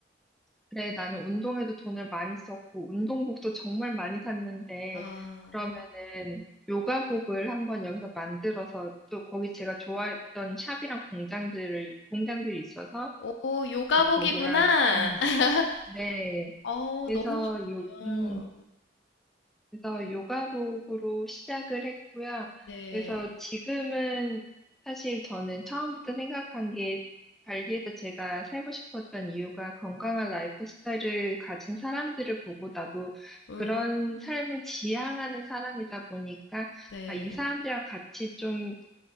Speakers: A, in the centre; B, on the left.
A: 그래, 나는 운동에도 돈을 많이 썼고, 운동복도 정말 많이 샀는데,
B: 아.
A: 그러면은, 요가복을 한번 여기서 만들어서, 또 거기 제가 좋아했던 샵이랑 공장들을, 공장들이 있어서,
B: 오 요가복이구나.
A: 네, 거기랑, 음.
B: <laughs>
A: 네.
B: 어
A: 그래서
B: 너무 좋네요.
A: 요, 음, 그래서 요가복으로 시작을 했고요.
B: 네.
A: 그래서 지금은 사실 저는 처음부터 생각한 게 발리에서 제가 살고 싶었던 이유가 건강한 라이프 스타일을 가진 사람들을 보고 나도
B: 음.
A: 그런 삶을 지향하는 사람이다 보니까
B: 네.
A: 아, 이 사람들이랑 같이 좀